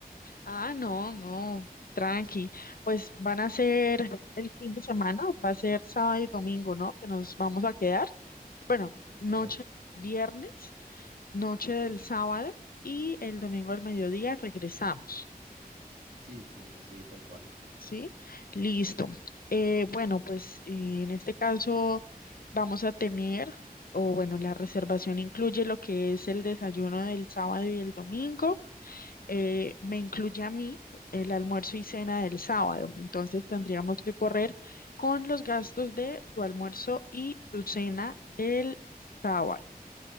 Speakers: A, on the left (about 65°); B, on the right (about 75°).
A: Ah, no, no, tranqui. Pues van a ser el fin de semana, va a ser sábado y domingo, ¿no? Que nos vamos a quedar. Bueno, noche
B: Pues
A: viernes, noche del sábado y el domingo al mediodía regresamos,
B: sí, sí, así tal cual.
A: ¿sí? Listo. Eh, bueno, pues eh, en este caso vamos a tener, o bueno, la reservación incluye lo que es el desayuno del sábado y el domingo eh, me incluye a mí el almuerzo y cena del sábado. Entonces tendríamos que correr con los gastos de tu almuerzo y tu cena del sábado.